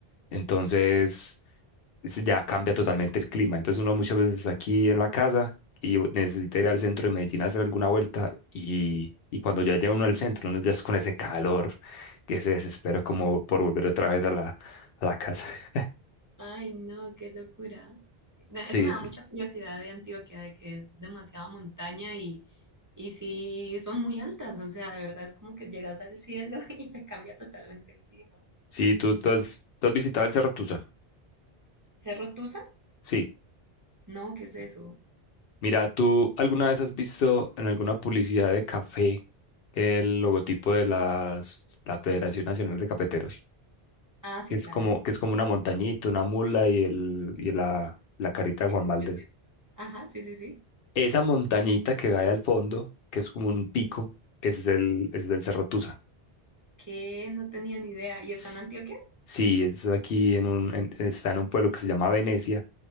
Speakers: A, on the left (about 70°); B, on the right (about 30°).
A: entonces es- ya cambia totalmente el clima. Entonces uno muchas veces está aquí en la casa y necesita ir al centro de Medellín a hacer alguna vuelta y, y cuando ya llega uno al centro, uno ya es con ese calor que se desespera como por volver otra vez a la, a la casa. <laughs>
B: Ay, no, qué locura. Na-
A: Sí,
B: Eso me da
A: sí.
B: mucha curiosidad de Antioquia, de que es demasiada montaña y, y sí, son muy altas, o sea, de verdad es como que llegas al cielo <laughs> y te cambia totalmente el clima.
A: Sí, tú, tú has, tú has visitado el Cerro Tusa.
B: ¿Cerro Tusa?
A: Sí.
B: No, ¿qué es eso?
A: Mira, ¿tú alguna vez has visto en alguna publicidad de café el logotipo de las, la Federación Nacional de Cafeteros?
B: Ah, sí,
A: Que es
B: claro.
A: como, que es como una montañita, una mula y, el, y la, la carita de
B: El
A: Juan
B: cafetero.
A: Valdés.
B: Ajá, sí, sí, sí.
A: Esa montañita que hay al fondo, que es como un pico, ese es el, ese es el Cerro Tusa.
B: Que no tenía ni idea. ¿Y
A: S-
B: está en Antioquia?
A: Sí, es aquí en un, en- está en un pueblo que se llama Venecia